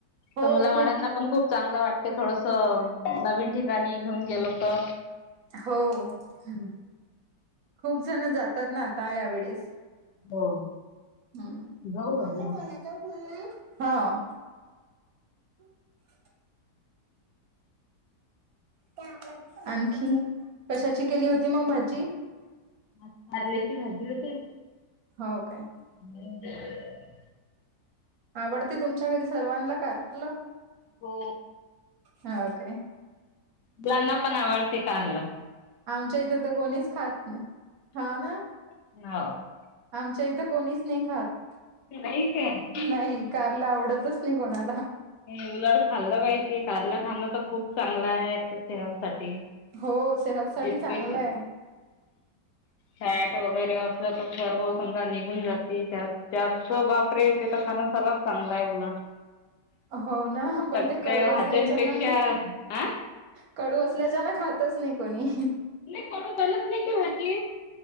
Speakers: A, on the right; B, on the left.
A: हो
B: तर मुलाबाळांना
A: खूप
B: पण खूप चांगलं वाटते थोडंसं, नवीन ठीक.. काणी घेऊन गेलो तर.
A: हो हम्म. खूप जण जातात ना, आता यावेेळेस.
B: हो.
A: हं,
B: जाऊ
A: मम्मी
B: आता
A: कोणाचा फोन आहे. <unintelligible> हां. <unintelligible> <unintelligible> आणखी, कशाची केली होती मंग भाजी?
B: आज कारल्याची भाजी होते.
A: हो काय?
B: बंद <unintelligible>
A: आवडते तुमच्या घरी सर्वांना कारलं?
B: हो,
A: हो काय
B: मुलांना पण आवडते कारलं. <unintelligible>
A: आमच्या इथे तर कोणीच खात नाही. हाव ना,
B: हो.
A: आम इथे कोणीच नाही खात,
B: नाही काय.
A: नाही कारलं आवडतच नाही कोणाला.
B: उलट खाल्लं पाहिजे, कारलं खाणं तर खूप चांगलं आहे. सेहत साठी
A: हो सेहत साठी
B: अं <unintelligible>
A: चांगलं आहे
B: फॅट वगैर. सर्व समजा निघून जाते. त्यात त्याचं बापरे त्याचं खाणं सर्वात चांगलं आहे उलट.
A: हो ना, पण
B: सगळ्या
A: ते कडू
B: भाज्यांपेक्षा
A: असल्याच्या ना,
B: हा
A: कडू असल्याच्यान खात.. तच नाही कोणी.
B: नाही कडु बनत नाही ती भाजी.